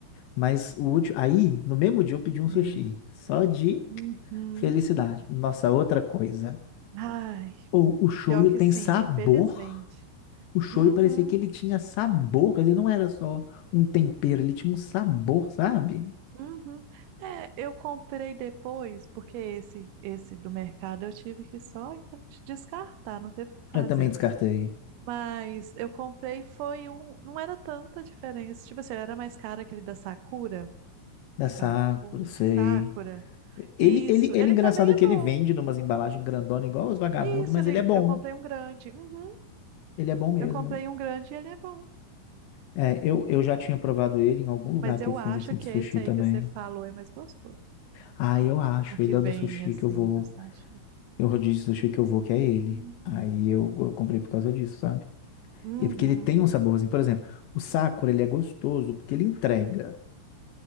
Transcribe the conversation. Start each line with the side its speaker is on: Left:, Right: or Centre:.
Left: Mas o último, aí no mesmo dia eu pedi um sushi,
Right: é.
Left: só de
Right: Uhum.
Left: felicidade. Nossa, outra coisa.
Right: Ai,
Left: Ou o shoyu
Right: pior que
Left: tem
Right: sim,
Left: sabor.
Right: felizmente.
Left: O shoyu
Right: Uhum,
Left: parecia que ele tinha sabor, ele não era só um tempero, ele tinha um sabor, sabe?
Right: uhum. É, eu comprei depois, porque esse esse do mercado eu tive que só então, descartar, não teve o que fazer.
Left: Eu também descartei.
Right: Mas eu comprei foi um. Não era tanta diferença. Tipo assim, ele era mais caro aquele da Sakura.
Left: Da
Right: Saku...
Left: Sakura, sei.
Right: Sakura.
Left: Ele,
Right: Isso.
Left: ele, ele,
Right: Ele
Left: engraçado
Right: também é
Left: que
Right: bom.
Left: ele vende numas embalagens grandona igual os vagabundos,
Right: Isso,
Left: mas
Right: ele...
Left: ele é bom.
Right: eu comprei um grande. Uhum.
Left: Ele é bom mesmo.
Right: Eu comprei um grande e ele é bom.
Left: É, eu, eu já tinha provado ele em algum lugar
Right: Mas
Left: que
Right: eu
Left: eu fui
Right: acho
Left: assim,
Right: que
Left: de sushi
Right: esse aí
Left: também.
Right: que você falou é mais gostoso.
Left: Ah, eu acho.
Right: O que
Left: Ele é
Right: vem
Left: o do sushi
Right: assim
Left: que eu vou.
Right: na sachê.
Left: Tem um rodízio de sushi que eu vou, que é
Right: Hum.
Left: ele. Aí eu, eu comprei por causa disso, sabe?
Right: Uhum.
Left: E porque ele tem um saborzinho. Por exemplo, o Sakura, ele é gostoso porque ele entrega,